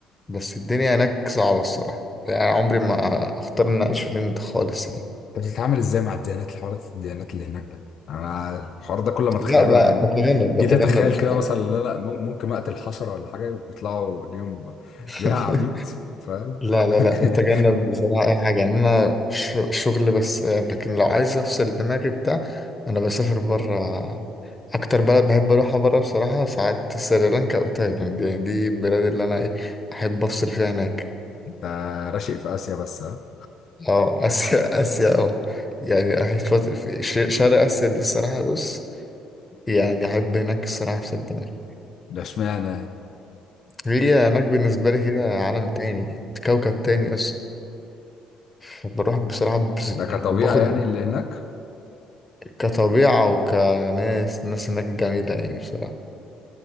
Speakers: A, on the left; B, on the left.
A: بس الدنيا هناك صعبة الصراحة يعني عمري ما أختار إن أعيش في الهند خالص يعني
B: طب بتتعامل ازاي مع الديانات الحوارات الديانات اللي هناك ده انا الحوار ده كل ما اتخيله
A: لا ب-
B: انا ج-
A: بتجنب
B: جيت
A: بتجنب
B: اتخيل
A: أخطاء
B: كده مثلا لا لا مم- ممكن اقتل حشره ولا حاجه يطلعوا اليوم
A: <laughs>
B: ليها عبيد فاهم
A: لا لا
B: <laughs>
A: لا بتجنب بصراحة أي حاجة يعني أنا ش- شغل بس آه، لكن لو عايز أفصل دماغي بتاع أنا بسافر برا أكتر بلد بحب أروحها برا بصراحة ساعات سريلانكا أو تايلاند يعني دي البلاد اللي أنا إيه أحب أفصل فيها هناك
B: ده راشق في اسيا بس ها
A: أه آسيا <laughs> آسيا أه يعني أحب فت- في ش- شرق آسيا دي الصراحة بص يعني أحب هناك الصراحة أفصل دماغي
B: ده اشمعنى
A: هي هناك بالنسبة لي كده عالم تاني كوكب تاني أصلا فبروح بصراحة ببسط
B: ده كطبيعه
A: يعني وباخد
B: يعني اللي هناك
A: كطبيعة وكناس الناس هناك جميلة يعني بصراحة